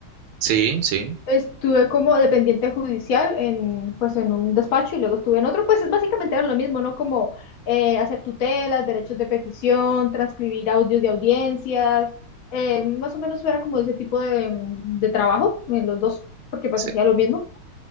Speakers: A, on the right; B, on the left.
A: Sí, sí,
B: Estuve como dependiente judicial en, pues, en un despacho y luego estuve en otro, pues es básicamente era lo mismo, ¿no? Como eh, hacer tutelas, derechos de petición, transcribir audios de audiencias, eh, más o menos era como ese tipo de, de trabajo en los dos, porque pues
A: sí,
B: hacía lo mismo,